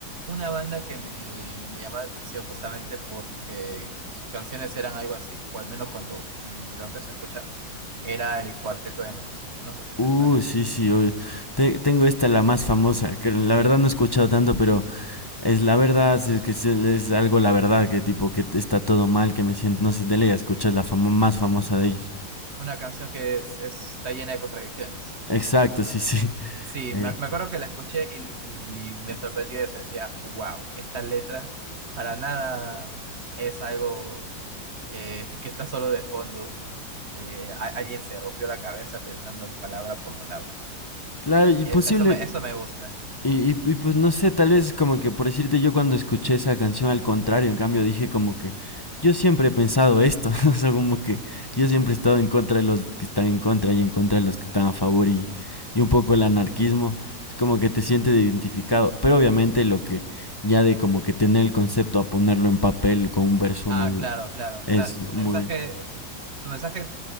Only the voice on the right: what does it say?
una banda que me, me llamó la atención justamente porque sus canciones eran algo así, o al menos cuando mm, lo empecé a escuchar, era el Cuarteto de Nos. No sé si
te suena.
Una canción que es- es- está llena de contradicciones.
Sí,
me, me acuerdo que la escuché y, y me sorprendió eso. Decía, wow, esta letra para nada es algo eh, que está solo de fondo. Eh, a- alguien se rompió la cabeza pensando palabra por palabra.
Es,
eso me, eso me gusta.
Ah,
claro, claro. O
sea, su
mensaje, es- su mensaje,